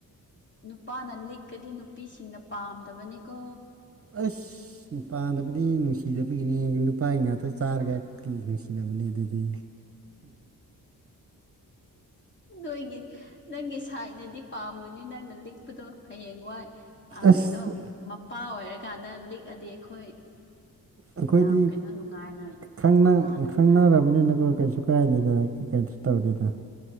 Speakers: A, on the left (about 30°); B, on the right (about 35°).
A: ꯅꯨꯄꯥꯅ ꯂꯤꯛꯀꯗꯤ ꯅꯨꯄꯤꯁꯤꯡꯅ ꯄꯥꯝꯗꯕꯅꯤꯀꯣ
B: ꯑꯁ ꯄꯥꯟꯗꯕꯗꯤ ꯅꯨꯡꯁꯤꯗꯕꯒꯤꯅꯦ ꯅꯨꯄꯥꯒꯤ ꯉꯥꯛꯇ ꯆꯥꯔꯒ ꯅꯨꯡꯁꯤꯅꯕꯅꯦ ꯑꯗꯨꯗꯤ
A: ꯅꯣꯏꯒꯤ ꯅꯪꯒꯤ ꯁꯥꯏꯠꯅꯗꯤ ꯄꯥꯝꯒꯅꯤ ꯅꯪꯅ ꯂꯤꯛꯄꯗꯣ ꯍꯌꯦꯡ ꯋꯥꯏ
B: ꯑꯁ
A: ꯀꯩꯅꯣ ꯃꯄꯥ ꯑꯣꯏꯔꯀꯥꯟꯗ ꯂꯤꯛꯑꯗꯤ ꯑꯩꯈꯣꯏ
B: ꯑꯩꯈꯣꯏꯗꯤ
A: ꯌꯥꯝ ꯀꯩꯅꯣ ꯅꯨꯡꯉꯥꯏꯅ
B: ꯈꯪꯅꯔꯕꯅꯤꯅꯀꯣ
A: ꯄꯥꯜꯂꯅꯤ ꯍꯥꯏꯅ
B: ꯀꯩꯁꯨ ꯀꯥꯏꯗꯦꯗ ꯀꯩꯅ ꯇꯧꯗꯦꯗ